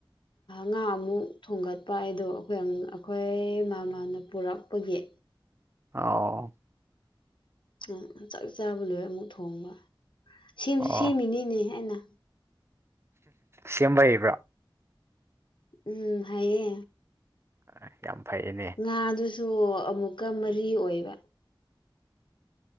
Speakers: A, on the left; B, on the right.
A: ꯉꯥ ꯑꯃꯨꯛ ꯊꯣꯡꯒꯠꯄ ꯑꯩꯗꯣ ꯑꯩꯈꯣꯏ ꯑꯩꯈꯣꯏ ꯃ ꯃꯥꯅ ꯄꯨꯔꯛꯄꯒꯤ <inaudible>
B: ꯑꯣ
A: ꯎꯝ ꯆꯥꯛ ꯆꯥꯕ ꯂꯣꯏ ꯑꯃꯨꯛ ꯊꯣꯡꯕ ꯁꯦꯝꯁꯨ
B: ꯑꯣ
A: ꯁꯦꯝꯃꯤꯅꯤꯅꯦ ꯍꯥꯏꯅ
B: ꯁꯦꯝꯕ ꯏꯕ꯭ꯔꯥ
A: ꯎꯝ ꯍꯥꯏꯌꯦ
B: ꯑ ꯌꯥꯝ ꯐꯩꯌꯦꯅꯦ
A: ꯉꯥꯗꯨꯁꯨ ꯑꯃꯨꯛꯀ ꯃꯔꯤ ꯑꯣꯏꯕ